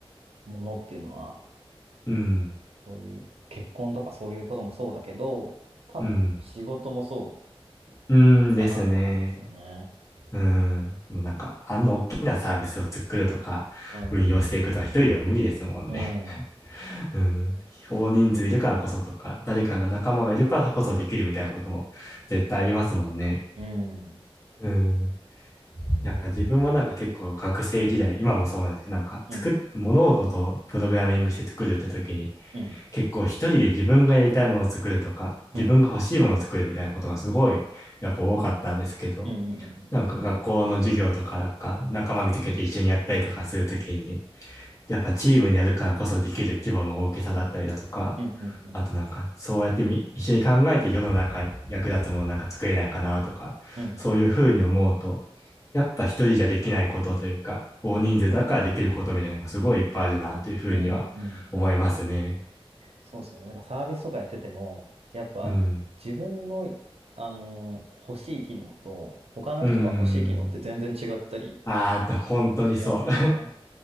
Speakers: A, on the right; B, on the left.
A: ものっていうのは、
B: うん。
A: そういう結婚とかそういうこともそうだけど、多分仕事もそ
B: うん。うんですね。
A: うかなと思いますよね。
B: うん。もうなんか、あんな大きなサービスを作るとか、
A: うん。
B: 運用していくとか、一人では無理ですもんね。
A: うん。
B: うん。大人数いるからこそとか、誰かが仲間がいるからこそできるみたいなことも絶対ありますもんね。
A: うん。
B: うん。やっぱ自分もなんか結構学生時代、
A: うん。
B: 今もそうなんですけど、なんか作っ、
A: うん。
B: 物事をプログラミングして作るって時に、
A: うん。
B: 結構一人で自分がやりたいものを作るとか、
A: うん。
B: 自分が欲しいものを作るみたいなことがすごい、やっぱ多かったんですけど、
A: うん。うん。
B: なんか学校の授業とか、なんか仲間見つけて一緒にやったりとかするときに、
A: うん。
B: やっぱチームでやるからこそできる規模の大きさだったりだとか、
A: うん。うん。うん。
B: あとなんか、そうやってみ、一緒に考えて世の中に役立つものなんか作れないかなとか、
A: うん。
B: そういうふうに思うと、やっぱ一人じゃできないことというか、大人数だからできることみたいなのがすごいいっぱいあるなというふうには思いますね。
A: うん。うん。そうですよね。なんかサービスとかやってても、やっぱ自分の、
B: うん。
A: あのー欲しい機能と、他の人が欲しい機能って全然違ったり
B: うーん。ああ、本当にそう。
A: してますよね。
B: <laughs> う